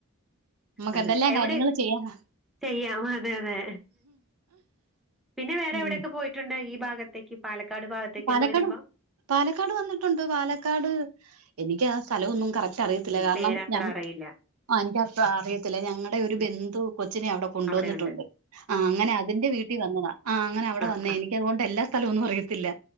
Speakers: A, on the right (about 85°); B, in the centre.
A: നമുക്ക്
B: അതെ
A: എന്തെല്ലാം
B: എവിടെ
A: കാര്യങ്ങൾ ചെയ്യാനാ
B: ചെയ്യാം അതെ അതെ പിന്നെ വേറെ
A: ഉം
B: എവിടെയൊക്കെ പോയിട്ടുണ്ട് ഈ ഭാഗത്തേക്ക് പാലക്കാട് ഭാഗത്തേക്കൊക്കെ
A: പാലക്കാട്
B: വരുമ്പോ?
A: പാലക്കാട് വന്നിട്ടുണ്ട് പാലക്കാട് എനിക്ക് ആ സ്ഥലമൊന്നും കറക്ട് അറിയത്തില്ല
B: ഉം.
A: കാരണം
B: പേരത്ര
A: ഞ
B: അറിയില്ല.
A: ആ എനിക്കത്ര അറിയത്തില്ല ഞങ്ങളടെ ഒരു
B: ഉം.
A: ബന്ധു കൊച്ചിനെ അവിടെ കൊണ്ടുവന്നിട്ടുണ്ട്.
B: അവിടെയുണ്ട്.
A: ആഹ് അങ്ങനെ അതിന്റെ വീട്ടിൽ വന്നതാ ആ അങ്ങന അവിടെ
B: ആഹ്,
A: വന്നേ
B: ആഹ്.
A: എനിക്ക് അതൊണ്ട് എല്ല സ്ഥലവൊന്നും അറി ത്തില്ല